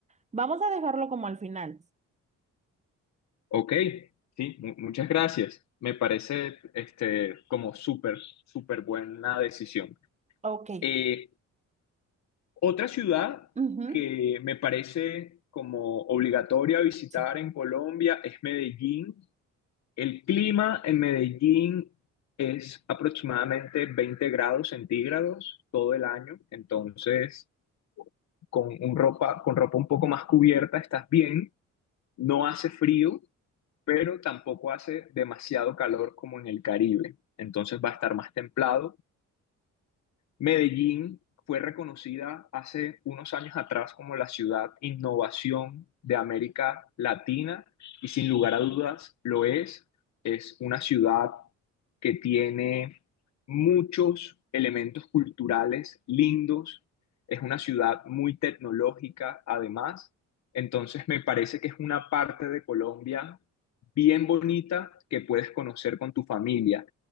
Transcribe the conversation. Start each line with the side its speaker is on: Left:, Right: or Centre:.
Right: vamos a dejarlo como al final.
Left: Ok, sí, mu- muchas gracias. Me parece este, como súper, súper buena decisión.
Right: Ok.
Left: Eh, otra ciudad
Right: Ujú.
Left: que me parece como obligatoria visitar
Right: Sí.
Left: en Colombia es Medellín. El clima en Medellín es aproximadamente 20 grados centígrados todo el año, entonces con un ropa, con ropa un poco más cubierta estás bien, no hace frío pero tampoco hace demasiado calor como en el Caribe. Entonces va a estar más templado Medellín fue reconocida hace unos años atrás como la ciudad innovación de América Latina y sin lugar a dudas lo es. Es una ciudad que tiene muchos elementos culturales lindos. Es una ciudad muy tecnológica además. Entonces me parece que es una parte de Colombia bien bonita que puedes conocer con tu familia.